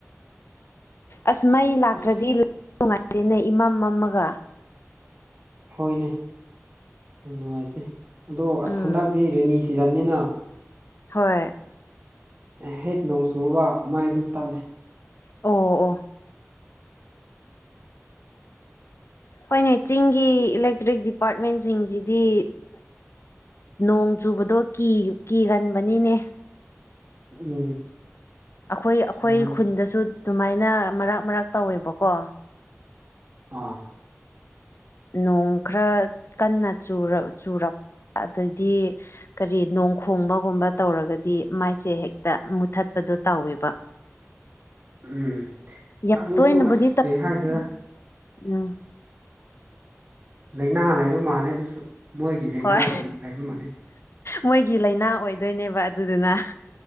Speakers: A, on the left; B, on the right.
A: ꯑꯁ ꯃꯩ ꯂꯥꯛꯇ꯭ꯔꯗꯤ
B: ꯑꯁ
A: ꯅꯨꯡꯉꯥꯏꯇꯦꯅꯦ ꯏꯃꯝ ꯃꯝꯒ
B: ꯍꯣꯏꯅꯦ ꯌꯥꯝ ꯅꯨꯡꯉꯥꯏꯇꯦ ꯑꯗꯣ ꯑꯁ
A: ꯎꯝ
B: ꯍꯟꯗꯛꯇꯤ ꯔꯦꯅꯤ ꯁꯤꯖꯟꯅꯤꯅ
A: ꯍꯣꯏ
B: ꯍꯦꯛ ꯅꯣꯡ ꯆꯨꯔꯕ ꯃꯩ ꯑꯗꯨꯝ ꯇꯜꯂꯦ
A: ꯑꯣ ꯑꯣ ꯑꯩꯈꯣꯏꯅꯦ ꯆꯤꯡꯒꯤ ꯏꯂꯦꯛꯇ꯭ꯔꯤꯛ ꯗꯤꯄꯥꯔꯠꯃꯦꯟꯁꯤꯡꯁꯤ ꯗꯤ ꯅꯣꯡ ꯆꯨꯕꯗꯣ ꯀꯤꯒꯟꯕꯅꯤꯅꯦ
B: ꯎꯝ
A: ꯑꯩꯈꯣꯏ ꯑꯩꯈꯣꯏ
B: ꯃꯥꯅꯤ
A: ꯈꯨꯟꯗꯁꯨ ꯑꯗꯨꯃꯥꯏꯅ ꯃꯔꯛ ꯃꯔꯛ ꯇꯧꯋꯦꯕꯀꯣ
B: ꯎꯝ
A: ꯅꯣꯡ ꯈꯔ ꯀꯟꯅ ꯆꯨꯔꯛ ꯑꯗꯩꯗꯤ ꯀꯔꯤ ꯅꯣꯡ ꯈꯣꯡꯕꯒꯨꯝꯕ ꯇꯧꯔꯒꯗꯤ ꯃꯥꯏꯁꯦ ꯍꯦꯛꯇ ꯃꯨꯊꯠꯄꯗꯣ ꯇꯧꯋꯦꯕ
B: ꯎꯝ
A: ꯌꯥꯝ
B: ꯑꯗꯨꯁꯨ
A: ꯇꯣꯏꯅꯕꯨꯗꯤ
B: ꯑꯁ
A: ꯇꯧ
B: ꯀ ꯍꯥꯏꯁꯤꯔ
A: ꯎꯝ
B: ꯂꯥꯏꯅꯥ ꯂꯩꯕ ꯃꯥꯜꯂꯦ ꯑꯗꯨꯁꯨ ꯃꯣꯏꯒꯤ ꯂꯥꯏꯅꯥ
A: ꯍꯣꯏ
B: ꯂꯩꯕ ꯃꯥꯜꯂꯦ
A: ꯃꯣꯏꯒꯤ ꯂꯥꯏꯅꯥ ꯑꯣꯏꯗꯣꯏꯅꯦꯕ ꯑꯗꯨꯗꯨꯅ